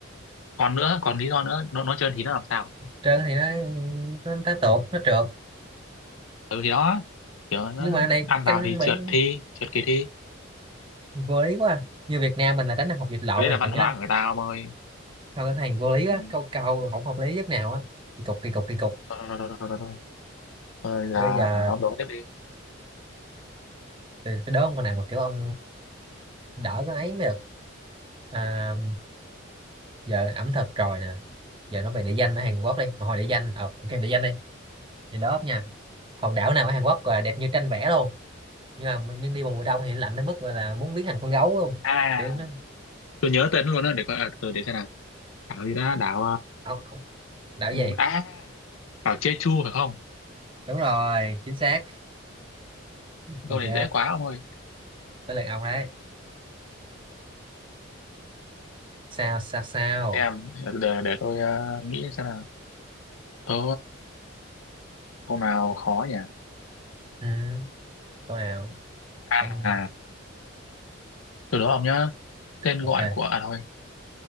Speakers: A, on the left; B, on the right.
A: còn nữa còn lý do nữa nó nó trơn thì nó làm sao
B: trơn thì nó nó, nó tuột nó trượt
A: ừ thì đó kiểu nó
B: nhưng mà này
A: ăn
B: canh
A: vào
B: rong
A: thì
B: biển
A: trượt thi trượt kỳ thi
B: vô lý quá như Việt Nam mình là tránh ăn hột vịt lộn
A: cái đấy
B: này
A: là văn
B: tại nhớ
A: hóa
B: nên
A: của người ta ông ơi
B: thôi cái này vô lý
A: Ừ.
B: quá câu câu không hợp lý chút nào á kỳ cục kỳ cục kỳ cục
A: rồi rồi rồi rồi rồi rồi Rồi là
B: Thế bây giờ
A: à, ông đổ tiếp đi
B: tôi tôi đố ông con nào mà kiểu ông đỡ cái ấy mới được à, giờ ẩm thực rồi nè giờ nói về địa danh ở Hàn Quốc đi Mà hồi địa danh ờ, ok địa danh đi thì đó nha hòn đảo nào ở Hàn Quốc là đẹp như tranh vẽ luôn nhưng mà mình- nhưng đi vào mùa đông thì lạnh đến mức gọi là muốn biến thành con gấu luôn
A: à
B: kiểu nó
A: tôi nhớ tên luôn đó để coi à, từ để xem nào đảo gì đó đảo à,
B: ông ông- đảo
A: ừ,
B: gì
A: à đảo Jeju phải không
B: đúng rồi chính xác ok
A: câu này dễ quá ông ơi
B: tới lượt ông đấy sao sao sao
A: xem để để, tôi à, nghĩ xem nào có câu nào khó nhỉ
B: ừ, câu nào
A: à
B: ông
A: à, từ đó ông nhớ tên
B: ok
A: gọi của à thôi